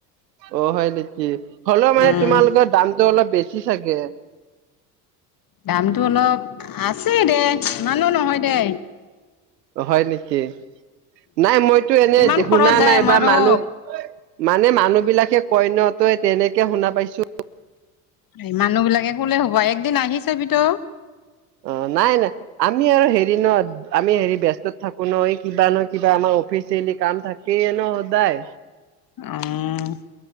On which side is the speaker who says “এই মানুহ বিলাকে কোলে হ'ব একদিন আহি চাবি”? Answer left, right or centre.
Left